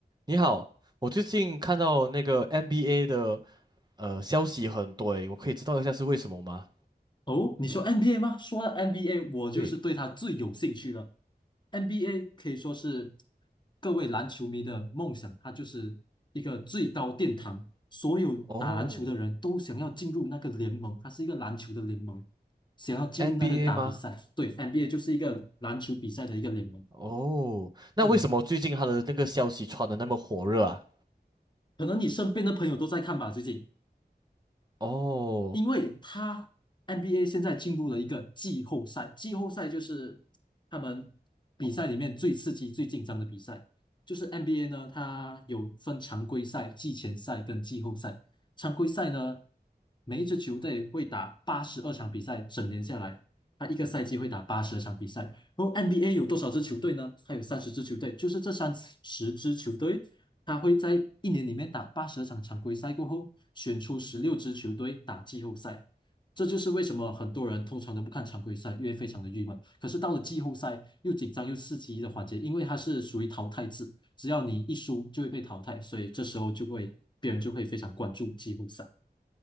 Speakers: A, on the right; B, on the left.
A: 你好，我最近看到那个 NBA 的呃消息很多诶，我可以知道一下是为什么吗？
B: 哦，你说 NBA 吗？说到 NBA，我就是对他最有兴趣了。
A: 对，
B: NBA 可以说是各位篮球迷的梦想，它就是一个最高殿堂，所有打篮球的人都想要进入那个联盟，
A: 哦，
B: 它是一个篮球的联盟，想要进入那边打比赛。
A: NBA 吗？
B: 对，NBA 就是一个篮球比赛的一个联盟。
A: 哦，那为什么最近他的那个消息传的那么火热啊？
B: 嗯，可能你身边的朋友都在看吧，最近。
A: 哦
B: 因为他 NBA 现在进入了一个季后赛，季后赛就是他们比赛里面最刺激、最紧张的比赛。就是 NBA 呢，它有分常规赛、季前赛跟季后赛。常规赛呢，每一支球队会打八十二场比赛，整年下来，他一个赛季会打八十二场比赛。然后 NBA 有多少支球队呢？它有三十支球队，就是这三十支球队他会在一年里面打八十场常规赛过后，选出十六支球队打季后赛。这就是为什么很多人通常都不看常规赛，因为非常的郁闷。可是到了季后赛，又紧张又刺激的环节，因为它是属于淘汰制，只要你一输就会被淘汰，所以这时候就会别人就会非常关注季后赛。